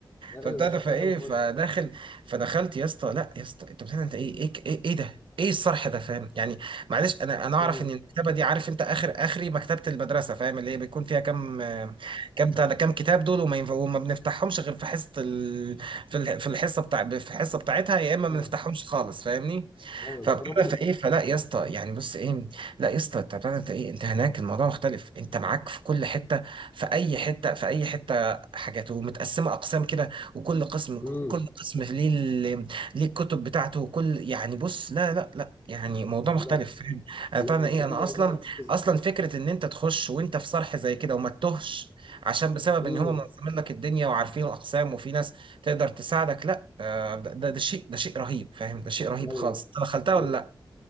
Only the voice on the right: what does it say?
فابتدى
فايه
فداخل
فدخلت يا اسطى لا يا اسطى انت بتعمل انت ايه ايه ايه, إيه ده ايه الصرح ده فاهم يعني معلش انا انا اعرف
ان المكتبه
دي عارف انت اخر اخري مكتبه المدرسه فاهم اللي هي بيكون فيها كام آه، كام بتاع ده كام كتاب دول وما ينفع وما بنفتحهمش غير في حصه ال... في الح- في الحصه بتاع في الحصه بتاعتها يا اما ما
بنفتحهمش خالص فاهمني
فبتعرف
ايه فلا يا اسطى يعني بص ايه لا يا اسطى انت بتعرف انت ايه انت هناك الموضوع مختلف انت معاك في كل حته في اي حته في اي حته حاجات ومتقسمه اقسام كده وكل قسم
كل قسم ليه ال- ليه الكتب بتاعته وكل يعني بص لا لا لا يعني موضوع مختلف
فاهم انا
طبعا
ايه
انا اصلا
اصلا فكره ان انت تخش وانت في صرح زي كده وما تتهش عشان بسبب
ان هم منظمين لك الدنيا وعارفين الاقسام وفي ناس تقدر تساعدك لا آه، ده ده ده شيء ده شيء رهيب فاهم ده شيء رهيب
خالص انت دخلتها ولا
لا